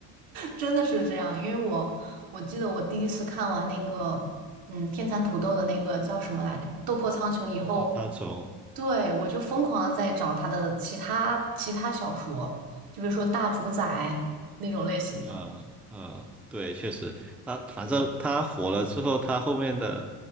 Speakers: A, on the right (about 70°); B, in the centre.
A: 真的是这样，因为我我记得我第一次看完那个，嗯，天蚕土豆的那个叫什么来着，《斗破苍穹》以后，
B: 《斗破苍穹》
A: 对，我就疯狂的在找他的其他其他小说，就比如说《大主宰》那种类型的。
B: 嗯嗯，对，确实，他反正他火了之后，他后面的